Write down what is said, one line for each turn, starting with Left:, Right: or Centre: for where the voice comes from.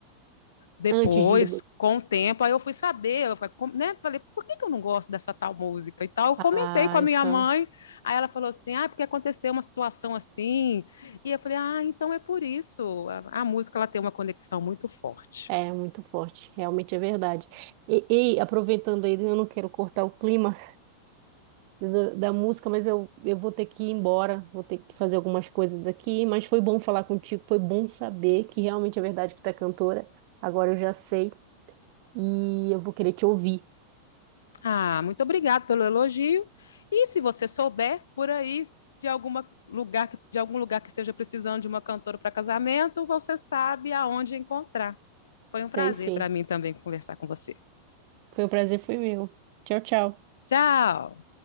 Left: Depois,
Right: Antes de...
Left: com o tempo, aí eu fui saber, eu falei, né? falei, por que, que eu não gosto dessa tal música e tal? Eu comentei
Right: Ah,
Left: com a minha
Right: então...
Left: mãe, aí ela falou assim, ah, porque aconteceu uma situação assim, e eu falei, ah, então é por isso, a, a música ela tem uma conexão muito forte.
Right: É muito forte, realmente é verdade. E, e aproveitando aí, eu não quero cortar o clima, da, da música, mas eu, eu vou ter que ir embora, vou ter que fazer algumas coisas aqui, mas foi bom falar contigo, foi bom saber que realmente é verdade que tu é cantora. Agora eu já sei e eu vou querer te ouvir.
Left: Ah, muito obrigada pelo elogio, e se você souber por aí de, alguma lugar, de algum lugar que esteja precisando de uma cantora para casamento, você sabe aonde encontrar. Foi um prazer
Right: Sei sim.
Left: para mim também conversar com você.
Right: Foi um prazer, foi meu. Tchau, tchau.
Left: Tchau!